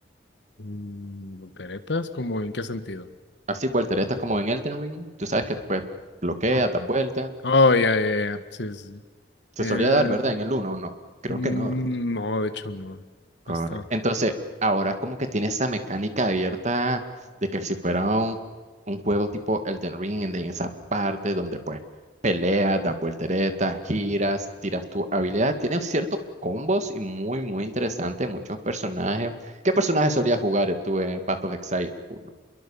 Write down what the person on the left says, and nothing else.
Mm, ¿Volteretas? ¿Cómo en qué sentido?
Oh,
oh, ya, ya, ya. Sí, sí. sí.
Eh,
mm,
no, de hecho no.
No está.